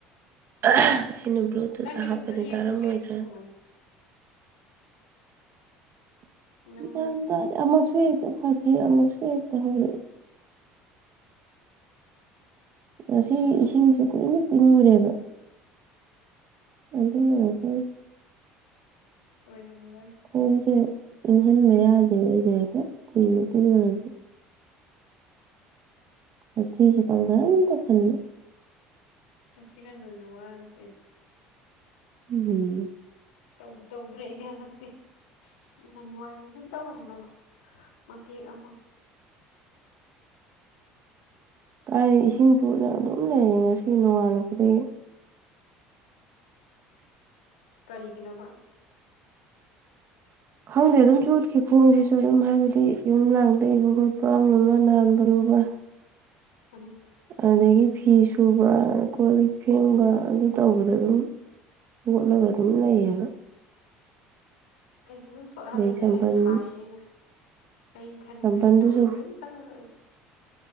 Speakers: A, on the right; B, on the left.
A: <unintelligible> ꯕ꯭ꯂꯨꯇꯨꯠ
B: ꯅꯪꯒꯤꯗꯨꯝ
A: ꯍꯥꯞꯄꯅꯦ
B: ꯐꯖꯅ ꯌꯦꯡꯊꯣꯛꯀꯦ
A: ꯇꯥꯔꯝꯃꯣꯏꯗ꯭ꯔꯅ
B: ꯌꯦꯡꯊꯣꯛꯑꯣ ꯅꯪ
A: ꯒ꯭ꯌꯥꯟ ꯇꯥꯗꯦ ꯑꯃꯛꯁꯨ ꯍꯦꯛꯇ ꯐꯒꯤ ꯑꯃꯛꯁꯨ ꯍꯦꯛꯇ ꯍꯧꯔꯛꯏ ꯉꯁꯤꯒꯤ
B: ꯍꯣꯏ ꯑꯗꯨꯝ
A: ꯏꯁꯤꯡꯁꯨ ꯀꯨꯏꯅ ꯀꯨꯏꯅ ꯂꯩꯕ ꯑꯗꯨꯅ ꯑꯀꯣ
B: ꯑꯣꯏꯔꯝꯒꯅꯤ
A: ꯈꯣꯡꯁꯦ ꯏꯪꯍꯟꯕ ꯌꯥꯗꯦꯕ ꯑꯩꯅꯦꯀꯣ ꯀꯨꯏꯅ ꯇꯨꯝꯃꯨꯔꯗꯤ ꯍꯥꯛꯊꯤꯁꯨ ꯄꯪꯈꯟꯗ ꯈꯜꯂꯦ
B: ꯍꯥꯛꯊꯤ ꯈꯟꯕꯁꯤꯅꯦ ꯋꯥꯔꯤꯁꯦ ꯑꯩꯅ
A: ꯎꯝ
B: ꯇꯧꯕꯨ ꯇꯧꯗ꯭ꯔꯦ ꯑꯩꯗꯤ ꯍꯟꯗꯛꯇꯤ ꯖꯟꯅꯋꯥꯔꯤꯗꯖꯨ ꯇꯧꯔꯝꯕꯅꯦ ꯃꯇꯦꯛ ꯑꯃ
A: ꯀꯥꯏ ꯏꯁꯤꯡ ꯆꯣꯠꯂ ꯑꯗꯨꯝ ꯂꯩꯔꯦ ꯉꯁꯤ ꯅꯣꯡꯉꯥꯜꯂꯛꯄꯗꯒꯤ
B: ꯀꯔꯤꯒꯤꯅꯣꯕ
A: ꯈꯪꯗꯦ ꯑꯗꯨꯝ ꯆꯣꯠꯈꯤ ꯈꯣꯡꯁꯤꯁꯨ ꯑꯗꯨꯝ ꯍꯥꯏꯕꯗꯤ ꯌꯨꯝ ꯂꯥꯡꯗꯩꯕ ꯈꯣꯠꯄ ꯑꯃ ꯑꯃ ꯅꯥꯟꯕꯅꯣꯕ
B: <unintelligible>
A: ꯑꯗꯨꯗꯒꯤ ꯐꯤ ꯁꯨꯕ ꯑ ꯀꯣꯠ ꯂꯤꯛ ꯐꯦꯡꯕ ꯑꯗꯨ ꯇꯧꯕꯗ ꯑꯗꯨꯝ ꯃꯣꯠꯂꯒ ꯑꯗꯨꯝ ꯂꯩꯌꯦꯕ
B: ꯑꯩꯗꯤ ꯑꯗꯨꯝ ꯆꯣꯠꯍꯜꯂꯤꯝꯃꯦꯍꯦ
A: ꯑꯗꯩ ꯆꯝꯄꯜ
B: ꯁꯥꯏꯅ ꯑꯩ ꯏꯊꯔꯤ
A: ꯆꯝꯄꯜꯗꯨꯁꯨ
B: ꯃꯍꯩ ꯊꯕꯗꯗꯤ ꯑꯗꯨꯝ ꯑꯗꯨꯅꯦ ꯑꯩꯁꯨ